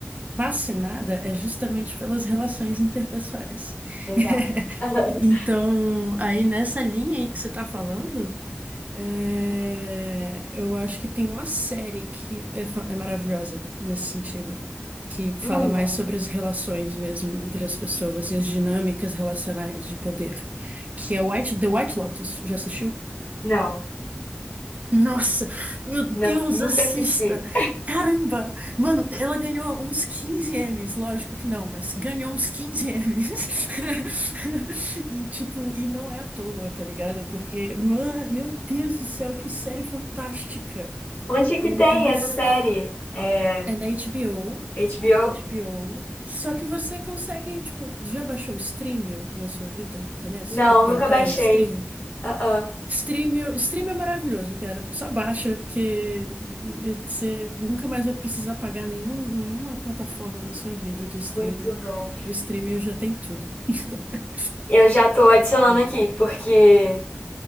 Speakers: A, on the right; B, on the left.
A: fascinada, é justamente pelas relações interpessoais.
B: Legal.
A: <laughs>
B: <laughs>
A: Então, aí nessa linha aí que você tá falando. É, eu acho que tem uma série que é, fa- é maravilhosa nesse sentido, que fala
B: Hum,
A: mais sobre as relações mesmo entre as pessoas e as dinâmicas relacionais de poder, que é White, The White Lotus. Já assistiu?
B: Não,
A: Nossa, meu Deus,
B: não, nunca
A: assista!
B: assisti.
A: Caramba! Mano, ela ganhou uns 15 M's, lógico que não, mas ganhou uns 15 M's. <laughs> E tipo, e não é à toa, tá ligado? Porque, mano, meu Deus do céu, que série fantástica!
B: Onde que
A: E-
B: tem
A: Eles.
B: essa série? É,
A: É da HBO.
B: HBO?
A: É na HBO. Só que você consegue, tipo, já baixou o Streamio na sua vida? Conhece?
B: Não,
A: Popcorn
B: nunca
A: Time,
B: baixei.
A: Streamio?
B: Ah, ah,
A: Stream, stream é maravilhoso, cara. Só baixa, porque você nunca mais vai precisar pagar nenhum, nenhuma plataforma na sua vida de streaming.
B: muito bom.
A: O streaming já tem tudo. <laughs>
B: Eu já tô adicionando
A: Hum,
B: aqui, porque